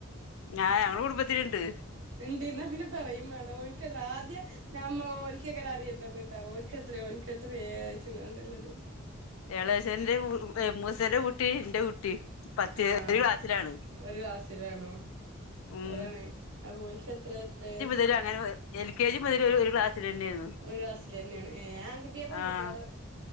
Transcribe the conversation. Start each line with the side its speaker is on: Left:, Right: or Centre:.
Left: ഞാൻ ഞങ്ങടെ കുടുംബത്തിലുണ്ട്
Right: ഉണ്ട് എന്ന് അങ്ങനെ പറയുവേയും മേണ്ട ഓനിക്ക് ആദ്യം നമ്മ ഓൽക്കങ്ങനെ അറിയേണ്ടത് ഉണ്ടാവോ ഓനിക്കെത്രയാ ഓനിക്കെത്രയാ അയച്ചാണ്ടുള്ളത്
Left: എളേച്ഛന്റെ മൂസേന്റെ കുട്ടി എന്റെ കുട്ടി പത്തില്
Right: ആഹ്
Left: ഒരു ക്ലാസ്സിലാണ്
Right: ഒരു ക്ലാസ്സിലാണോ
Left: ഉം
Right: അതാണേ അപ്പോൽക്ക് എത്ര എത്രേ
Left: <unintelligible> ഒരു എൽ കെ ജി മുതൽ ഒരു ഒരു ക്ലാസ്സിലെന്നേര്ന്നു.
Right: ഒരു ക്ലാസ്സിലെന്നേണ്. ഏഹ് ആൺകുട്ട്യോ പെൺകുട്ട്യോ
Left: ആഹ്
Right: അതൊ